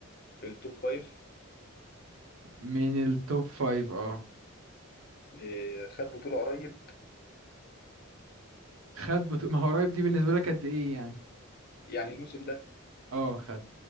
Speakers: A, on the left; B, on the right.
A: في التوب فايف
B: من التوب فايف اه
A: آه، خد بطوله قريب
B: خد بطولة ما هو قريب دي بالنسبة لك قد ايه يعني
A: يعني الموسم ده
B: اه خد